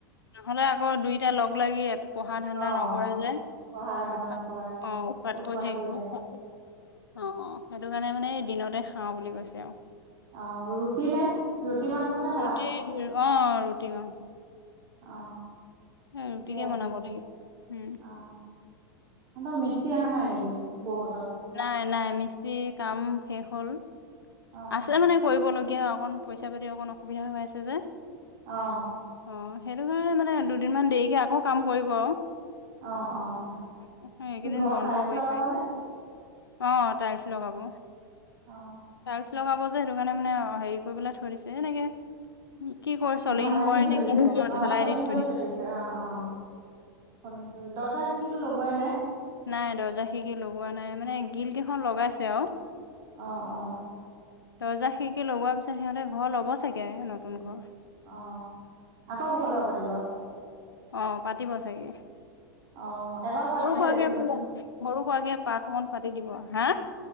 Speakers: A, on the left; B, on the right.
A: নহ'লে আকৌ, দুইটা লগ লাগি পঢ়া ধান্দা
B: অ',
A: নকৰে যে।
B: পঢ়া ধান্দা
A: উৎপাত
B: নকৰে
A: উৎপাদ
B: উৎপাত
A: কৰি থাকিব।
B: থাকে।
A: অ-অ, সেইটো কাৰণে মানে, এই দিনতে খাওঁ বুলি কৈছে এও
B: আহ ৰুটি নে, ৰুটি মাংস নে
A: ৰুটি
B: ভাত?
A: অ ৰুটি মাংস।
B: অ
A: এই ৰুটিকে
B: ঠিকে আছে,
A: বনাব লাগিব উম
B: অ। সিহতৰ মিস্ত্ৰী অহা নাই নেকি বৌহতৰ
A: নাই নাই মিস্ত্ৰী কাম শেষ হ'ল
B: অ',
A: আছে মানে কৰিবলগীয়া। কিয় অকণ পইচা পাতি অকণ অসুবিধা হৈ আছে যে।
B: আহ।
A: অ, সেইটো কাৰণে, মানে দুদিনমান দেৰিকে আকৌ কাম কৰিব এইকেইদিন
B: অ', অ', কি ঘৰত
A: বন্ধ
B: টাইলছ
A: কৰি
B: লগাবনে?
A: থৈছে অ টাইলছ লগাব।
B: অ।
A: টাইলচ্ লগাব যে, সেইটো কাৰণে মানে হেৰি কৰি পেলাই থৈ দিছে, এনেকে কি কৰো চলিং
B: ঢালাই
A: কৰে
B: দি থৈ
A: নে
B: দিছে
A: কি?
B: অ',
A: ঢেলাই
B: চলিং
A: দি থৈ
B: কৰি
A: দিছে।
B: অ', অ', চলিং কৰি দৰ্জা খিৰিকিটো লগোৱাই নাই।
A: নাই দৰ্জা খিকি লগোৱা নাই মানে গিল কেইখন লগাইছে আৰু
B: আহ, অ
A: দৰ্জা খিৰিকি লগোৱাৰ পিছত সিহঁতে ঘৰ ল'ব চাগে নতুন ঘৰ।
B: অ', আকৌ ঘৰ লোৱা পাতিব
A: অ, পাতিব চাগে
B: অ, এবাৰ পাতিলে
A: সৰু সুৰাকে
B: দেখোন
A: সৰু খোৱাকে পঠ অকন পাতি দিব হা।